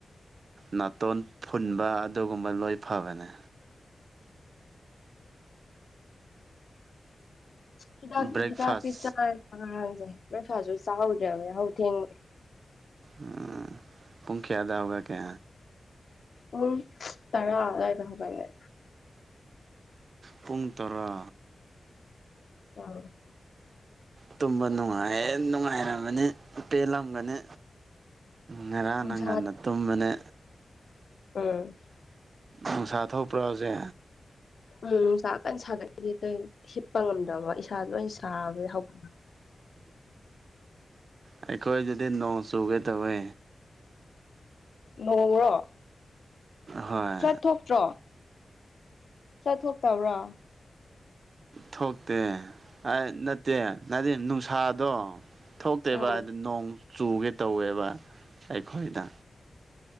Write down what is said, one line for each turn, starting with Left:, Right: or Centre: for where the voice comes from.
Right: ꯅꯥꯇꯣꯟ ꯐꯨꯟꯕ ꯑꯗꯨꯒꯨꯝꯕ ꯂꯣꯏ ꯐꯕꯅꯦ
Left: ꯍꯤꯗꯥ
Right: ꯕ꯭ꯔꯦꯛꯐꯥꯁ
Left: ꯍꯤꯗꯥꯗꯤ ꯆ ꯆ ꯐꯥꯖ ꯆ ꯍ ꯂꯕ ꯍꯥꯎ ꯊꯦꯡ <unintelligible>
Right: ꯎꯝ ꯄꯨꯡ ꯀꯌꯥꯗ ꯍꯧꯒꯠꯀꯦ
Left: ꯎꯝ ꯇꯔꯥ ꯑꯗꯥꯥꯏꯗ ꯍꯧꯒꯠꯂꯦ
Right: ꯄꯨꯡ ꯇꯔꯥ
Left: ꯑꯝ
Right: ꯇꯨꯝꯕ ꯅꯨꯡꯉꯥꯏ ꯅꯨꯡꯉꯥꯏꯔꯝꯃꯅꯤ ꯄꯦꯜꯂꯝꯒꯅꯤ ꯉꯔꯥꯡꯅ
Left: ꯅꯨꯡꯁꯥ
Right: ꯉꯟꯅ ꯇꯨꯝꯕꯅꯦ
Left: ꯑꯝ
Right: ꯅꯨꯡꯁꯥ ꯊꯣꯛꯄ꯭ꯔꯁꯦ
Left: ꯎꯝ ꯅꯨꯡꯁ ꯀꯟ ꯁꯥꯒꯠꯈꯤ ꯑ ꯍꯤꯞꯄ ꯉꯝꯗꯦ ꯏꯁꯥꯗ ꯂꯣꯏ ꯁꯥꯕꯩ ꯍꯧꯠ
Right: ꯑꯩꯈꯣꯏ ꯑꯗꯨꯗꯤ ꯅꯣꯡ ꯆꯨꯒꯦ ꯇꯧꯋꯦ
Left: ꯉꯣꯡꯔꯣ
Right: ꯍꯣꯏ
Left: ꯆꯠꯊꯇ꯭ꯔꯣ ꯆꯠꯊꯣꯛꯇꯕ꯭ꯔꯥ
Right: ꯊꯣꯛꯇꯦ ꯅꯠꯇꯦ ꯅꯗꯤ ꯅꯨꯡꯁꯥꯗꯣ ꯊꯣꯛꯇꯦꯕ
Left: ꯎꯝ
Right: ꯑꯗꯨ ꯅꯣꯡ ꯆꯨꯒꯦ ꯇꯧꯋꯦꯕ ꯑꯩꯈꯣꯏꯗ